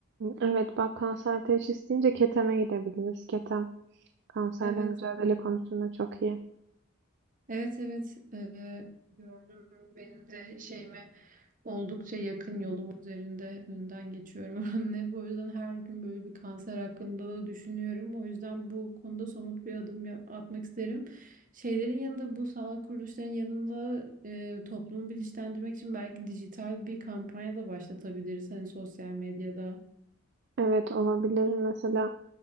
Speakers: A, on the right; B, on the right.
A: Evet, bak kanser teşhis deyince keteme gidebiliriz. Ketem kanserle
B: Evet,
A: mücadele konusunda çok iyi.
B: evet, evet. Ee, gördüm benim de şeyimi. Oldukça yakın yolum üzerinde önünden geçiyorum <laughs> oranın hep. O yüzden her gün böyle bir kanser hakkında da düşünüyorum. O yüzden bu konuda somut bir adım ya- atmak isterim. Şeylerin yanında bu sağlık kuruluşlarının yanında e, toplumu bilinçlendirmek için belki dijital bir kampanya da başlatabiliriz. Hani sosyal medyada.
A: Evet olabilir mesela.